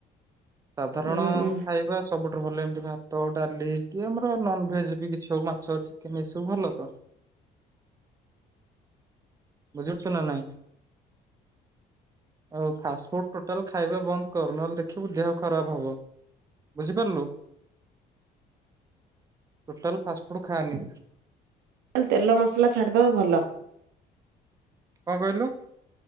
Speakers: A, on the right; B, on the right.
A: ସାଧାରଣ।
B: ହୁଁ ହୁଁ
A: ଖାଇବା ସବୁଠାରୁ ଭଲ ଏମିତି ଭାତ, ଡାଲି, କି ଆମର ନନ୍ ଭେଜ୍ ବି ସଉ ମାଛ, ଚିକେନ୍ ଏ ସବୁ ଭଲ ତ। ବୁଝି <unintelligible> ଚୁ ନା ନାଇଁ! ଆଉ ଫାଷ୍ଟ୍ ଫୁଡ୍ ଟୋଟାଲ୍ ଖାଇବା ବନ୍ଦ କର। ନହେଲ୍ ଦେଖିବୁ ଦେହ ଖରାପ ହବ। ବୁଝିପାରିଲୁ? Total fast food ଖାନି।
B: <unintelligible> ତେଲ ମସଲା ଛାଡ଼୍ ଦବା ଭଲ।
A: କଣ କହିଲୁ?